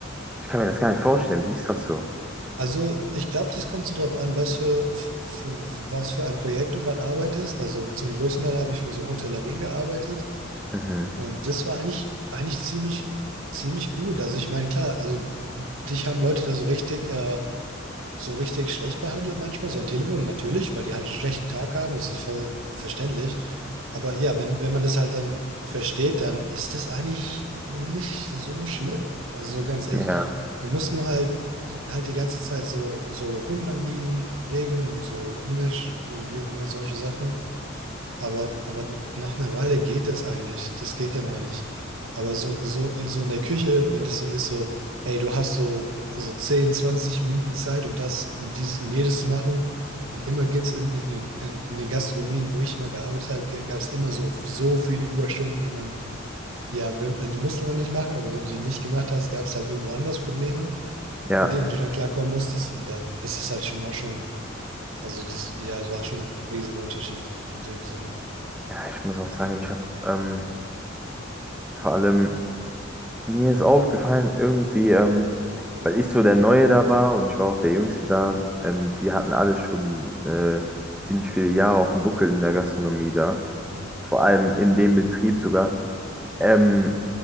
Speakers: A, in the centre; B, on the right.
A: ich kann mir das gar nicht vorstellen. Wie ist das so?
B: Also, ich glaube, das kommt so drauf an, was für, für, was für ein Projekt du gerade arbeitest. Also, zum größten Teil habe ich für so Hotellerie gearbeitet.
A: Mhm.
B: Und das war eigentlich, eigentlich ziemlich, ziemlich gut. Also ich meine, klar, also dich haben Leute da so richtig, äh, so richtig schlecht behandelt manchmal, so am Telefon natürlich, weil die halt einen schlechten Tag haben, das ist voll verständlich. Aber ja, wenn, wenn man das halt dann versteht, dann ist das eigentlich nicht so schlimm. Also so ganz ehrlich,
A: Ja,
B: man muss nur halt halt die ganze Zeit so, so Kundenanliegen regeln und so E-Mails, wie auch immer solche Sachen. Aber, aber nach einer Weile geht das eigentlich. Das geht dann eigentlich. Aber so, so, so in der Küche, wenn das so ist, so, ey, du hast so, so 10 20 Minuten Zeit und das und dieses und jenes zu machen. Und immer gibt es in, in, in, in den Gastronomien, wo ich immer gearbeitet habe, gab es immer so, so viele Überstunden, die man, ja, wenn, die musste man nicht machen, aber wenn du die nicht gemacht hast, gab es halt irgendwo anders Probleme,
A: ja.
B: mit denen du dann klarkommen musstest. Und dann ist es halt schon auch schon, also das, ja, es war schon ein riesiger Unterschied in dem Sinn.
A: Ja, ich muss auch sagen, ich habe ähm, vor allem, mir ist aufgefallen, irgendwie, ähm, weil ich so der Neue da war und ich war auch der Jüngste da, ähm, die hatten alle schon äh, ziemlich viele Jahre auf dem Buckel in der Gastronomie da.
B: Mhm.
A: Vor allem in dem Betrieb sogar. Ähm,